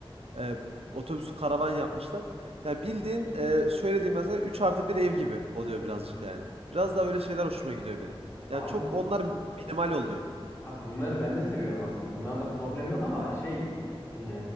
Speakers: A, on the right (about 85°); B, on the left (about 25°).
A: e, otobüsü karavan yapmışlar. Ya bildiğin e, şöyle diyeyim mesela 3 artı bir ev gibi oluyor birazcık yani. Biraz daha öyle şeyler hoşuma gidiyor benim.
B: Abi,
A: Yani çok onlar minimal oluyor.
B: abi bunları ben de seviyorum aslında. Bunlarda problem yok ama şey e,